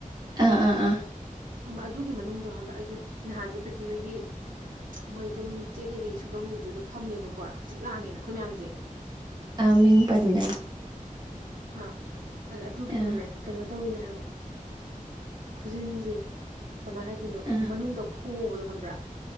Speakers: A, on the right; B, on the right.
A: ꯑꯥ ꯑꯥ ꯑꯥ
B: ꯈꯪꯕ꯭ꯔꯥ ꯑꯗꯨꯒꯤ ꯃꯅꯨꯡꯗꯣ ꯈꯪꯕ꯭ꯔꯥ ꯑꯩꯁꯦ ꯅꯍꯥꯟꯁꯦ ꯄ꯭ꯔꯤꯊꯤꯍꯣꯢꯒꯤ ꯃꯣꯏ ꯌꯨꯝ ꯆꯦꯛ ꯀꯩꯀꯩ ꯁꯨꯐꯝꯒꯤꯗꯨꯗ ꯐꯝꯃꯦꯕꯀꯣ ꯍꯧꯖꯤꯛ ꯂꯥꯡꯉꯦꯅ ꯑꯩꯈꯣꯏ ꯃꯌꯥꯝꯁꯦ
A: ꯑꯥ ꯃꯤꯡ ꯄꯥꯟꯒꯅꯟ
B: ꯑꯥ ꯑꯗꯨꯒꯤꯗꯅꯦ
A: ꯑꯥ
B: ꯀꯩꯅꯣ ꯇꯧꯋꯤꯅꯦ ꯍꯥꯏꯕ ꯈꯨꯖꯤꯟꯁꯦ ꯀꯃꯥꯏꯅ ꯍꯥꯏꯗꯣꯏꯅꯣ
A: ꯑꯥ
B: ꯃꯅꯨꯡꯗ ꯍꯣꯕꯗꯣ ꯈꯪꯕ꯭ꯔꯥ